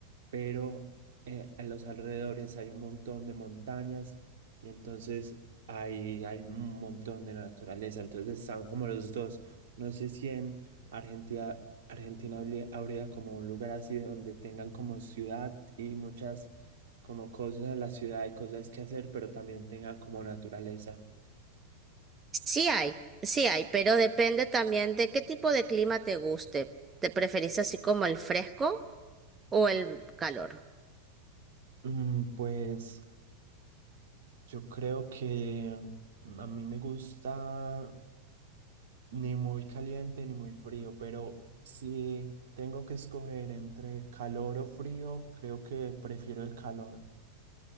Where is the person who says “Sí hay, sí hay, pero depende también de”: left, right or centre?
Right